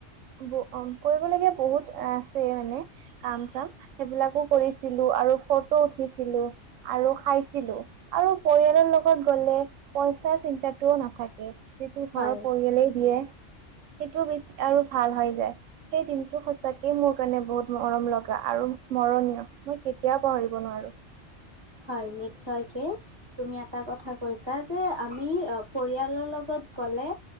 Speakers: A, on the right; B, on the right.
A: ব অ কৰিবলগীয়া বহুত আছে মানে কাম চাম সেইবিলাকো কৰিছিলো ফটো উঠিছিলো আৰু খাইছিলো আৰু পৰিয়ালৰ লগত গলে চিন্তাটোও নাথাকে যিটো ঘৰৰ
B: হয়
A: পৰিয়ালেই দিয়ে সেইটো বি আৰু ভাল হয় যায় সেই দিনটো সচাঁকে মোৰ কাৰণে বহুত মৰম লগা আৰু স্মৰণীয় মই কেতিয়াও পাহৰিব নোৱাৰো।
B: হয় নিশ্চয়কে তুমি এটা কথা কৈছা যে আমি পৰিয়ালৰ লগত গ'লে